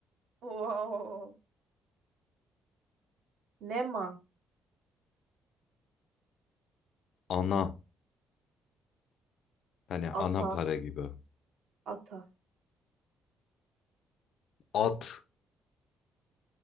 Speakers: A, on the right; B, on the left.
A: Oo. Nema,
B: Ana. Hani ana
A: ata,
B: para gibi.
A: ata.
B: At.